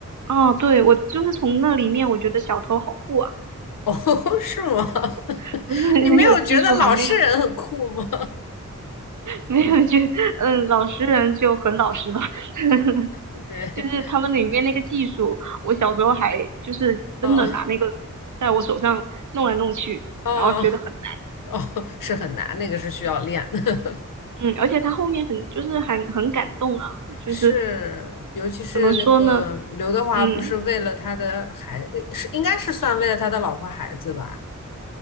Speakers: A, on the right (about 65°); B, on the left (about 80°).
A: 哦，对，我就是从那里面，我觉得小偷好酷啊，
B: <laughs> 哦，是吗？
A: <laughs>
B: <laughs>
A: 不是很有技术含量。
B: 你没有觉得老实人很酷吗？
A: 没有就嗯，老实人就很老实吧，<laughs>
B: <laughs> 对，
A: 就是他们里面那个技术，我小时候还就是真的拿那个
B: 哦
A: 在我手上弄来弄去，
B: 哦
A: 然后觉得很
B: 哦，是很难，那个是需要练的。<laughs>
A: 嗯，而且他后面很就是很很感动啊，就是
B: 是，尤其是那个刘德华，
A: 怎么说呢，嗯
B: 不是为了他的孩，是应该是算为了他的老婆孩子吧？